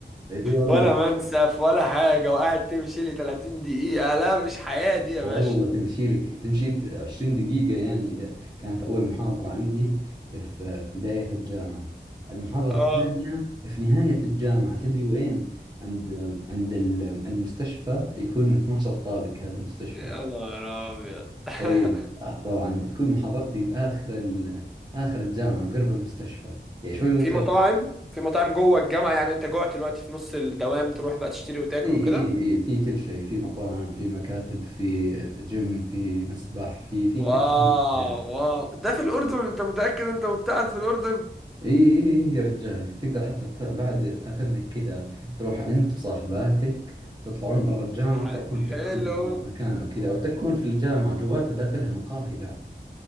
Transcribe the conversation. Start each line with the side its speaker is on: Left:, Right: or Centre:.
Right: إي والله
Centre: ولا منسف ولا حاجة وقاعد تمشي لي 30 دقيقة لا مش حياة دي يا
Right: والله
Centre: باشا
Right: تمشي لك تمشي انت 20 دقيقة يعني اذا كانت اول محاضرة عندي في في بداية الجامعة المحاضرة
Centre: اه
Right: الثانية في نهاية الجامعة تدري وين عند عند ال... عند مستشفى يكون 12 طابق هذا المستشفى
Centre: يا نهار ابيض <laughs>
Right: اي آه طبعا تكون محاضرتي باخر ال... اخر الجامعة قرب المستشفى يعني شوي وادخل
Centre: في مطاعم في مطاعم جوه الجامعة يعني انت جوه دلوقتي في نص الدوام تروح بقى تشتري وتاكل
Right: اي
Centre: وكده
Right: اي اي في كل شيء في مطاعم في مكاتب في جيم في مسبح في في كل
Centre: واو
Right: شيء
Centre: واو ده في الأردن انت متأكد انت مبتعد في الأردن
Right: اي اي إي يا رجال تقدر حتى ت- بعد تاخذ لك كذا تروح انت وصاحباتك تطلعون برا الجامعة
Centre: ح-
Right: تروحون تكون
Centre: حلو
Right: لكم في مكان او كذا او تكون في الجامعة جواتها داخلها مقاهي بعد